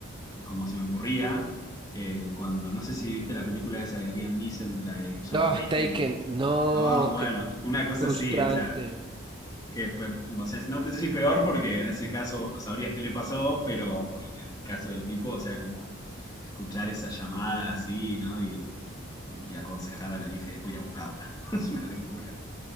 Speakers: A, on the left; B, on the right.
A: como se me ocurría, eh, cuando, no sé si viste la película esa de Liam Neeson, de la de- que se llama
B: No,
A: Taken.
B: Taken, no,
A: Ah, bueno,
B: qué
A: una cosa
B: frustrante.
A: así, o sea, que fue, o sea, no te sé si peor porque en ese caso vos no sabrías qué le pasó, pero en el caso del tipo, o sea, como escuchar esa llamada así, ¿no? Y, y aconsejar a la hija y después ir a buscarla. <laughs> Es una locura.